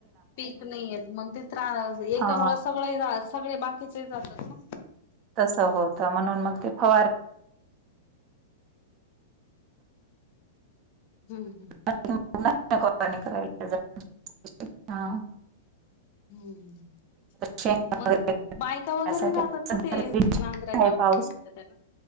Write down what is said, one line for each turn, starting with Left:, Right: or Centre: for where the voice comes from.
Left: पीक नाही येत मग ते त्रास एकामुळे
Right: हा
Left: सगळे सगळे बाकीचे जातात ना.
Right: तस होत म्हणून मग ते फवारणी
Left: हम्म.
Right: ॉ करा हा <unintelligible>
Left: हम्म.
Right: शेण
Left: मग
Right: वगैरे
Left: बायका
Right: करण्यासाठी.
Left: वैगरे जातात
Right: सध्या
Left: का? ते
Right: तरी
Left: नांगरायला
Right: आहे पाऊस
Left: काय म्हणतात?